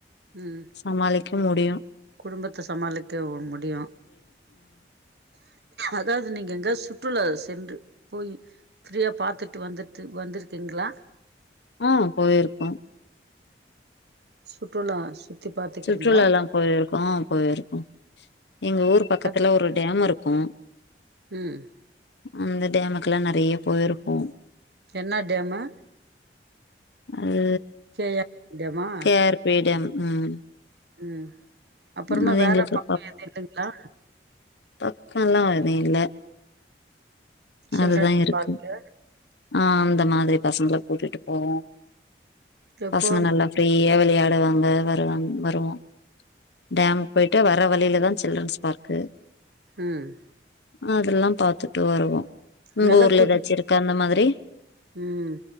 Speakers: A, on the right; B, on the left.
A: ம்
B: சமாளிக்க முடியு
A: குடும்பத்த சமாளிக்க ஒ முடியு அதாவது நீங்க எங்கயாது சுற்றுலா சென்று போயி ஃப்ரீயா பாத்துட்டு வந்துட்டு வந்துருக்கிங்களா
B: ஆ போயிருக்கோ
A: சுற்றுலா சுத்தி பாத்துக்கிறீங்களா
B: சுற்றுல எல்லா போயிருக்கோ அ போயிருக்கோ எங்க ஊர் பக்கத்துல
A: அது
B: ஒரு டேம் இருக்கு
A: ம்
B: அந்த டேமுக்கெல்லா நெறையா போயிருக்கோம்
A: என்ன டேமு
B: அது
A: கே ஆர் டேமா
B: கே ஆர் பீ டேம் ம்
A: ம் அப்பறமா
B: அது
A: வேற
B: எங்களுக்கு
A: பக்கோ எதுவு இல்லைங்ளா
B: பக்கல்லா அது இல்ல
A: சில்ட்ரன்ஸ்
B: அதுதா இருக்கு
A: பார்க்கு
B: ஆ அந்த மாதிரி பசங்கள கூட்டிட்டு போவோ
A: எப்போ
B: பசங்க நல்லா ஃப்ரீயா விளையாடுவாங்க வருவாங் வருவோம் டேமுக் பொய்ட்டு வர வழியில தா சில்ரன்ஸ் பார்க்கு
A: ம்
B: அதல்லா பாத்துட்டு வருவோ உங்க
A: அங்கெல்லா
B: ஊர்ல
A: கூட்டி
B: எதாச்சு இருக்கா அந்த மாதிரி
A: ம்